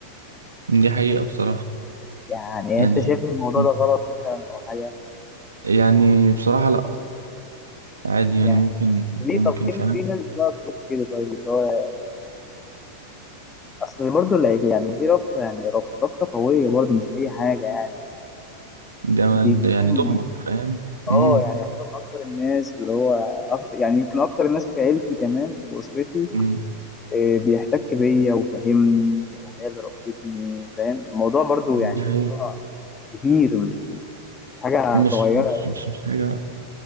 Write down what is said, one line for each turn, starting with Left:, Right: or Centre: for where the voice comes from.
Right: دي حقيقة بصراحة
Left: يعني إيه،
Right: يعني
Left: انت شايف ان الموضوع
Right: مم.
Left: ده غلط مثلا او حاجه
Right: يعني بصراحة لأ عادي يعني
Left: يعني
Right: ممكن
Left: ليه
Right: ممكن
Left: طب في
Right: فاهم
Left: في ناس بقى تقول كده طيب اللي هو اصل برضه اللي هيك- يعني دي رابطه يعني رابطه رابطه قويه برضه مش اي حاجه يعني
Right: ده ما-
Left: دي دي
Right: ده يعني
Left: امي
Right: ضمك فاهم
Left: اه
Right: امم
Left: يعني يعتبر من اكتر الناس اللي هو أكتر يعني يمكن اكتر الناس في عيلتي كمان واسرتي
Right: امم
Left: آه، بيحتك بيا وفاهمني وهي اللي ربتني فاهم الموضوع برضو يعني
Right: دي حقيقة
Left: موضوع كبير مش مش حاجه
Right: مش
Left: صغيره
Right: مش مش, مش حاجة